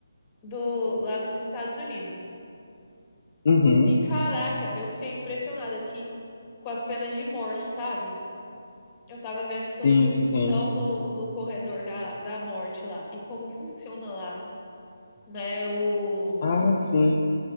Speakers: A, on the left; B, on the left.
A: do lá dos Estados Unidos.
B: Uhum,
A: E caraca, eu fiquei impressionada aqui com as penas de morte, sabe? Eu tava vendo sobre
B: sim,
A: os
B: sim.
A: que estão no, no corredor da, da morte lá e como funciona lá, né? O,
B: Ah, sim.